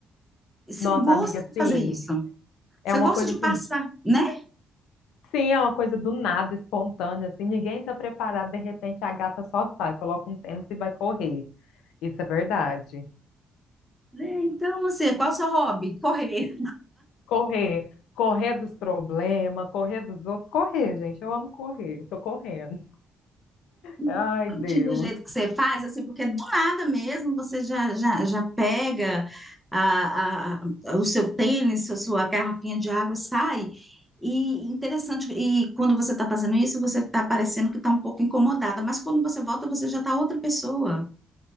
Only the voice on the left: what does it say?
Nossa,
amiga,
sim,
é
uma
coisa
assim,
sim, é uma coisa do nada, espontânea, assim, ninguém tá preparado, de repente a gata só sai, coloca um tênis e vai correr. Isso é verdade.
Correr, correr dos problemas, correr dos outros, correr, gente, eu amo correr, tô correndo.
Ai,
Deus.